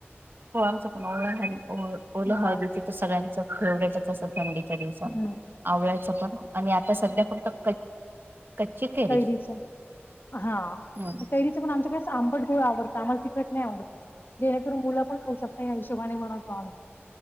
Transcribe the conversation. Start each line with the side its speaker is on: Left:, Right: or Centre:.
Right: हो आमच पण ओला हळ ओला
Left: हां.
Right: हळदीच तर सगळ्यांच फेवरेट असतं. थंडीच्या दिवसात
Left: हं.
Right: आवडयचं पण आणि आता सध्या फक्त कच्ची कैरी
Left: कैरीचा हा
Right: नाही
Left: कैरी ण आमच्याकडे आंबट गोळ आवडत आम्हाला तिखट नाही आवडत जणेकरून मुलं पण खऊ शकत का हिशोबाने बनतो आल